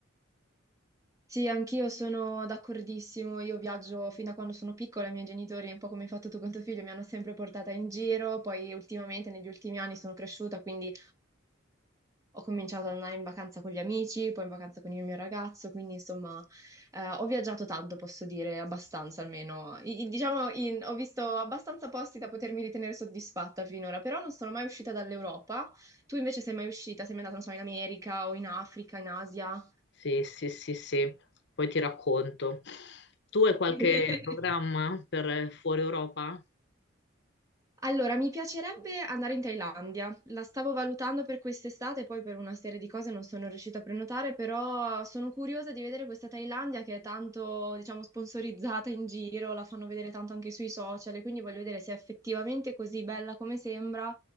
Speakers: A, on the right; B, on the left.
A: Sì, anch'io sono d'accordissimo. Io viaggio fin da quando sono piccola, i miei genitori, un po' come hai fatto tu con tuo figlio, mi hanno sempre portata in giro. Poi ultimamente, negli ultimi anni, sono cresciuta, quindi ho cominciato ad andare in vacanza con gli amici, poi in vacanza con il mio ragazzo. Quindi, insomma, eh, ho viaggiato tanto, posso dire, abbastanza almeno. I- i- diciamo, in- ho visto abbastanza posti da potermi ritenere soddisfatta finora, però non sono mai uscita dall'Europa. Tu invece sei mai uscita? Sei mai andata, non so, in America o in Africa, in Asia?
B: Sì, sì, sì, sì. Poi ti racconto. Tu hai qualche
A: <laughs>
B: programma per eh, fuori Europa?
A: Allora, mi piacerebbe andare in Thailandia. La stavo valutando per quest'estate, poi per una serie di cose non sono riuscita a prenotare, però sono curiosa di vedere questa Thailandia che è tanto, diciamo, sponsorizzata in giro, la fanno vedere tanto anche sui social, e quindi voglio vedere se è effettivamente così bella come sembra